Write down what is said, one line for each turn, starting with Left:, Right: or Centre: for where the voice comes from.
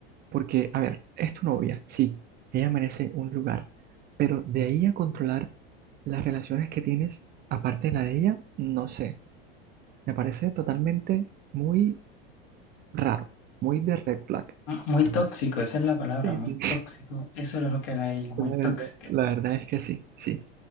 Right: Porque, a ver, es tu novia, sí, ella merece un lugar. Pero de ahí a controlar las relaciones que tienes, aparte de la de ella, no sé. Me parece totalmente muy raro, muy de red flag.
Left: M- Muy
Right: la verdad.
Left: tóxico, esa es la palabra,
Right: Sí,
Left: muy
Right: sí,
Left: tóxico. Eso era lo que era ella, muy
Right: La
Left: tóxica.
Right: verdad, la verdad es que sí, sí.